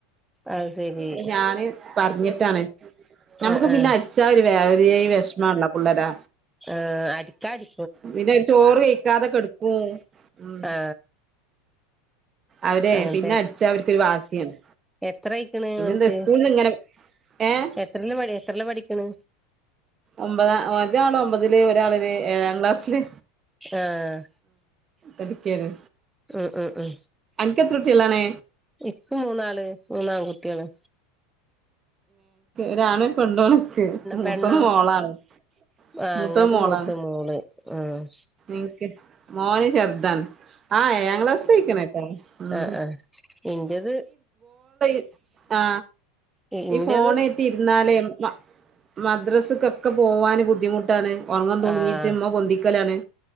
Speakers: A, in the centre; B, on the right.
A: അത് ശരി
B: ഞ്ഞിട്ട് ഞാന് പറഞ്ഞിട്ടാണ് നമ്മക്ക്
A: ആ ആ
B: പിന്നെ അടിച്ചാല് വേ ഒര്‌ വെഷ്മാണല്ലൊ പിള്ളാരെ
A: ആഹ് അടിക്ക അടി
B: പിന്നെ അയ് ചോറ് കഴിക്കാതെ കെടക്കും ഉം
A: ആ
B: അവരെ
A: അങ്ങനെ
B: പിന്നെ അടിച്ച അവർക്കൊരു വാശിയാണ്
A: എത്രായിക്ക്ണ്
B: പിന്നെന്താ
A: ഓൻക്ക്
B: സ്കൂളിൽ ഇങ്ങനെ ഏഹ്
A: എത്രേല്ല പഠി എത്രേല്ലാ പഠിക്കേണെ
B: ഒമ്പത ഒരാള് ഒമ്പതില് ഒരാള്ല് ഏഴാം ക്ലാസ്സില്
A: ആഹ്
B: കടുക്ക്യേണ്
A: ആ ആ ആ
B: ക്കെത്ര കുട്ടിയളാണ്
A: ഇപ്പ മൂന്നാള് മൂന്നാൺ കുട്ട്യേള്
B: ഒരാണും പെണ്ണു ആണനിക്ക് മൂത്തത്
A: പെണ്ണോ
B: മോളാണ്
A: ആഹ്
B: മുത്ത
A: ഇങ്ങൾത്
B: മോളാണ്
A: മൂത്ത മോള് ആഹ്
B: ഇനിക്ക് മോന് ചെറുതാണ് ആഹ് ഏഴാം ക്ലാസ് പോയിക്ക്ണ് എന്താലും ഉം
A: ആഹ് ആഹ് ഇന്റത്
B: <unintelligible> ആ
A: ഇന്റത്
B: ഈ ഫോണേറ്റ് ഇരുന്നാലേ മ മദ്രസ് ക്കൊക്കെ പോവാന് ബുദ്ധിമുട്ടാണ് ഒറങ്ങം തൂങ്ങിട്ട്
A: ആഹ്
B: ഇമ്മ പൊന്തിക്കലാണ്